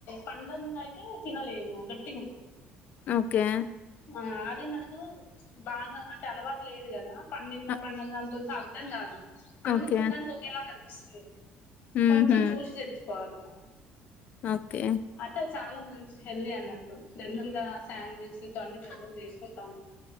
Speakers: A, on the left (about 60°); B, on the left (about 45°).
A: పండంది అయితే తినలేము గట్టిగా ఉంటుంది
B: ఓకే
A: ఆ అది మనకు బాగా అంటే అలవాటు లేదు కదా పండిందా
B: అ!
A: పండింద అనుకో అర్థం కాదు అన్ని
B: ఓకే
A: చూడటానికి ఒకేలా కనిపిస్తుంది
B: హుహు.
A: కొంచెం చూసి తెచ్చ కోవాలిగ
B: ఓకే
A: అంటే చాలా మంచి హెల్దీ అన్నట్టు జనరల్ గా శాండ్విచ్ అన్ని పెద్దలు తీసుకుంటా ఉంటారు